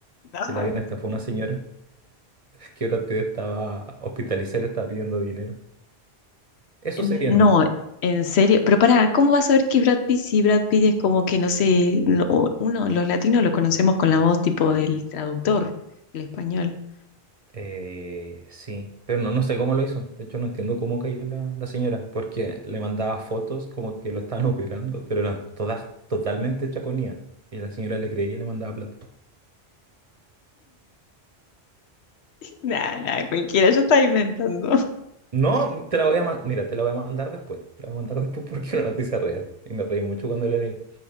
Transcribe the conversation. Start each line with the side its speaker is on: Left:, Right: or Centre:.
Left: No.
Right: que la bien estafó una señora, que Brad Pitt estaba hospitalizada y le estaba pidiendo dinero. Eso
Left: No,
Right: sería no.
Left: en serio. Pero pará, ¿cómo vas a ver que Brad Pitt si Brad Pitt es como que, no sé, lo- uno, los latinos lo conocemos con la voz tipo del traductor, el español.
Right: Eh, sí, pero no, no sé cómo lo hizo. De hecho, no entiendo cómo cayó la, la señora, porque le mandaba fotos como que lo estaban <laughs> operando, pero eran todas totalmente chaconías. Y la señora le creía y le mandaba plata.
Left: Nada, nada, <laughs> cualquiera, yo estaba inventando.
Right: No, te la voy a mandar. Mira, te la voy a mandar después. Te la voy a mandar <laughs> después porque es una noticia real. Y me reí mucho cuando la leí.